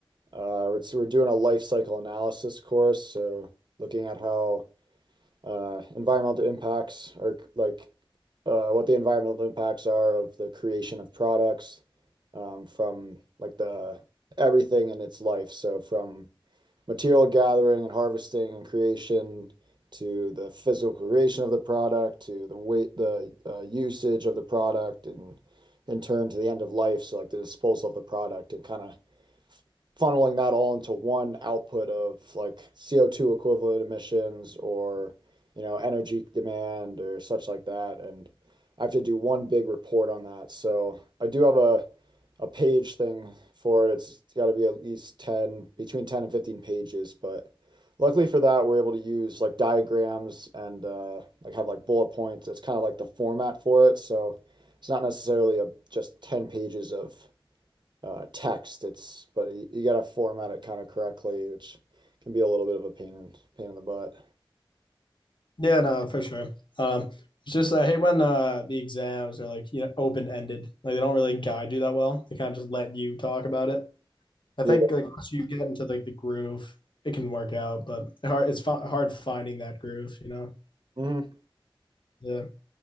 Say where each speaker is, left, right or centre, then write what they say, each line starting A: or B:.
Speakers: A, on the right; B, on the left.
A: Uh, it's, we're doing a life cycle analysis course, so looking at how uh, environmental impacts are like Uh, what the environmental impacts are of the creation of products, um, from like the everything in its life. So from material gathering and harvesting and creation to the physical creation of the product to the weight, the uh, usage of the product, and in turn to the end of life, so like the disposal of the product and kind of funneling that all into one output of like CO2 equivalent emissions or, you know, energy demand or such like that. And I have to do one big report on that. So I do have a a page thing for it. It's got to be at least 10, between 10 and 15 pages. But luckily for that, we're able to use like diagrams and uh, like have like bullet points. It's kind of like the format for it. So it's not necessarily a just 10 pages of uh, text. It's but you, you got to format it kind of correctly, which can be a little bit of a pain in pain in the butt.
B: Yeah, no, for sure. Um, it's just I hate when uh, the exams are like you know open ended, like they don't really guide you that well. They kind of just let you talk about it. I think
A: Yeah.
B: like once you get into like the groove, it can work out, but hard it's hard finding that groove, you know.
A: hmm
B: Yeah.